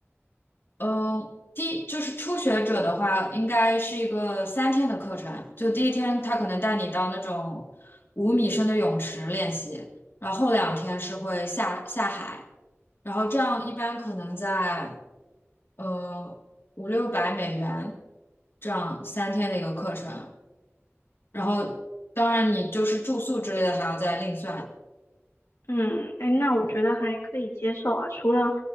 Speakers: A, on the left (about 55°); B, on the left (about 75°).
A: 嗯，第就是初学者的话，应该是一个三天的课程。就第一天，他可能带你到那种五米深的泳池练习，然后后两天是会下下海，然后这样一般可能在呃五六百美元这样三天的一个课程。然后当然你就是住宿之类的还要再另算，
B: 嗯，哎，那我觉得还可以接受啊。除了